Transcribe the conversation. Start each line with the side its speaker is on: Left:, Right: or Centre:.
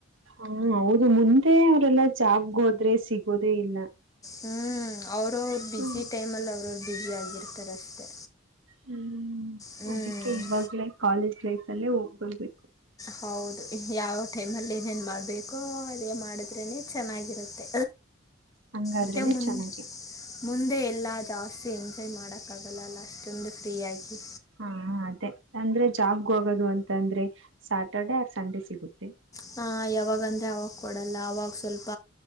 Right: ಹಾ ಹೌದು ಮುಂದೆ ಅವ್ರಲ್ಲಾ ಜಾಬ್ಗೊದ್ರೆ ಸಿಗೋದೇ ಇಲ್ಲ.
Left: ಹ್ಞೂ ಅವ್ರವರು ಬ್ಯುಸಿ
Right: ಹ
Left: ಟೈಮಲ್ಲಿ ಅವ್ರವರು ಬ್ಯುಸಿಯಾಗಿರ್ತಾರೆ ಅಷ್ಟೇ.
Right: ಹ್ಮ್
Left: ಹ್ಞೂ
Right: ಅದಕ್ಕೆ ಇವಾಗಲೇ ಕಾಲೇಜ್ ಲೈಫ್ ಅಲ್ಲೇ ಹೋಗ್ಬರ್ಬೇಕು.
Left: ಹೌದು ಯಾವವ ಟೈಮಲ್ಲಿ ಏನೇನ್ ಮಾಡ್ಬೇಕೋ ಅದೇ ಮಾಡಿದ್ರೆನೆ ಚೆನ್ನಾಗಿರುತ್ತೆ.
Right: ಹಂಗಾದ್ರೇನೆ
Left: ತ್ತೆ ಮುನ್ನಿ
Right: ಚೆನ್ನಾಗಿ
Left: ಮುಂದೆ ಎಲ್ಲ ಜಾಸ್ತಿ ಎಂಜಾಯ್ ಮಾಡೋಕ್ಕಾಗಲ್ಲಲ್ಲ ಅಷ್ಟೊಂದು ಫ್ರೀಯಾಗಿ.
Right: ಹಾ ಅದೇ ಅಂದ್ರೆ ಜಾಬ್ಗೆ ಹೋಗೋದು ಅಂತ ಅಂದ್ರೆ ಸ್ಯಾಟರ್ಡೆ ಆರ್ ಸಂಡೆ ಸಿಗುತ್ತೆ.
Left: ಹ ಯಾವಾಗಂದ್ರೆ ಅವಾಗ ಕೊಡಲ್ಲ ಅವಾಗ ಸ್ವಲ್ಪ.